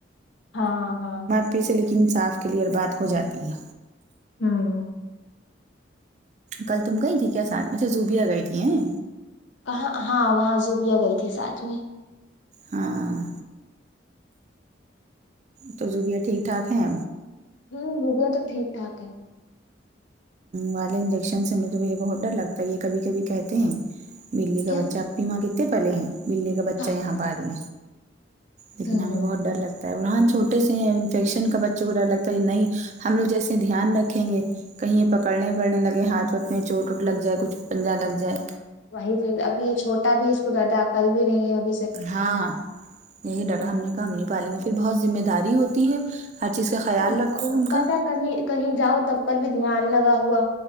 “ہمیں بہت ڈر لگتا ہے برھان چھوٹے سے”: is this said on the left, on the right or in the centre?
Right